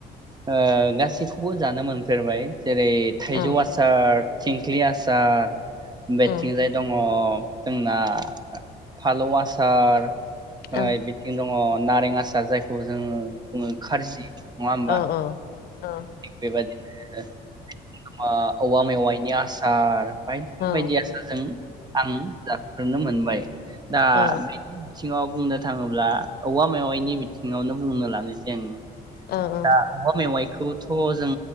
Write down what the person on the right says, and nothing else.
ओ गासैखौबो जानो मोनफेरबाय जेरै थाइजौ
आसार थिंख्लि आसार, बेथिंजाय
दङ, जोंना फालौ आसार, ओराय
बिथिं दङ नारें आसार जायखौ जोङो, बुङो खारजि, नङा होमबा
बेबादिनो मा औवा मेवाइनि आसार, बायदि
बायदि आसारजों आं जाफेरनो मोनबाय, दा
बिथिङाव बुंनो थाङोब्ला औवा मेवाइनि बिथिङावनो बुंनो लानोसै आङो।
दा औवा मेवाखौ खौथ जों